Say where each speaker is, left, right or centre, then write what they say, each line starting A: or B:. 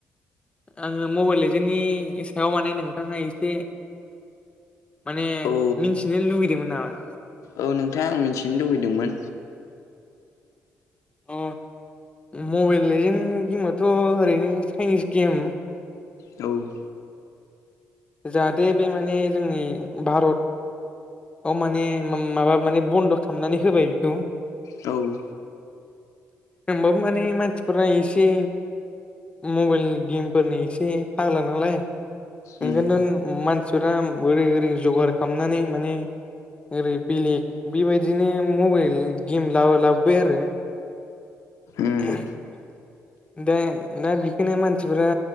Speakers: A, on the left; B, on the left.
A: आङो मबेल लेजेन्नि सायाव माने नोंथाङा एसे माने
B: औ
A: मिन्थिनो लुगैदोंमोन नामा?
B: औ नोंथाङा आं मिथिनो लुबैदोंमोन
A: अ मबाइल लेजेन गेमआथ' ओरैनो चाइनिस गेम
B: औ
A: जाहाथे बे माने जोंनि भारत औ माने माबा माने बन्द' खालामनानै होबाय बेखौ
B: औ
A: होमबाबो मानि मसिफोरा इसे मबाइल गेमफोरनि एसे फाग्ला नालाय ओंखायनोथ'
B: उम
A: मानसिफोरा ओरै ओरै जगार खालामनानै माने ओरै बेलेग बेबायदिनो मबाइल गेम लाबो लाबोबाय आरो
B: उम
A: <inaudible> दा दा बेखौनो मानसिफोरा